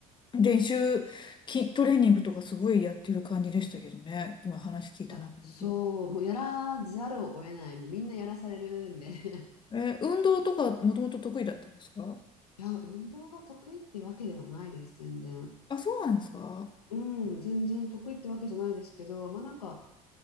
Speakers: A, on the left (about 25°); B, on the left (about 85°).
A: 練習、きトレーニングとかすごいやってる感じでしたけどね。今話聞いたなと思うと。
B: あ、そう、もうやらざるを得ない、もうみんなやらされるんで <laughs>
A: えー運動とかもともと得意だったんですか
B: いや、運動が得意ってわけではないです、全然。
A: あ、そうなんですか
B: うん、全然得意ってわけじゃないですけど、まあなんか、